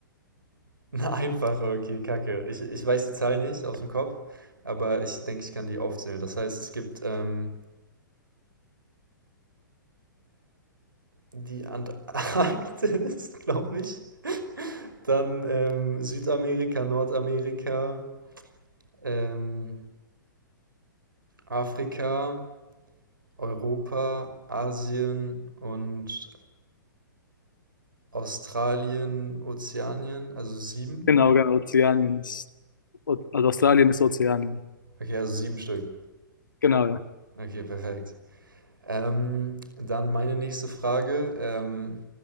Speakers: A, on the right (about 75°); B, on the left (about 70°).
A: <laughs> Eine einfache, okay, Kacke. Ich, ich weiß die Zahl nicht aus dem Kopf, aber ich denke, ich kann die aufzählen. Das heißt, es gibt ähm, die Antarktis, <laughs> glaube ich. Dann ähm, Südamerika, Nordamerika, ähm, Afrika, Europa, Asien und Australien, Ozeanien. Also sieben.
B: Genau, genau, Ozeanien ist, O- also Australien ist Ozeanien.
A: Okay, also sieben Stück.
B: Genau, ja.
A: Okay, perfekt. Ähm, dann meine nächste Frage ähm,